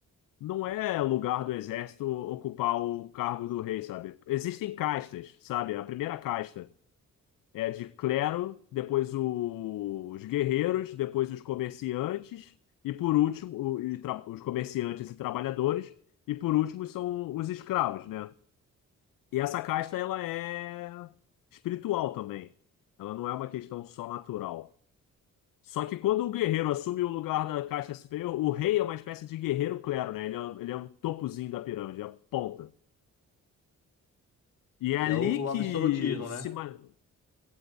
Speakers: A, on the left; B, on the left.
A: não é lugar do exército ocupar o cargo do rei, sabe? Existem castas, sabe? A primeira casta. É de clero, depois o- os guerreiros, depois os comerciantes, e por último, o- e tra- os comerciantes e trabalhadores, e por último são os escravos, né? E essa casta, ela é espiritual também. Ela não é uma questão só natural. Só que quando o guerreiro assume o lugar da casta superior, o rei é uma espécie de guerreiro clero, né? Ele é, ele é um topozinho da pirâmide, é a ponta. E é
B: que
A: ali
B: é o
A: que
B: absolutismo,
A: se...
B: né?
A: ma-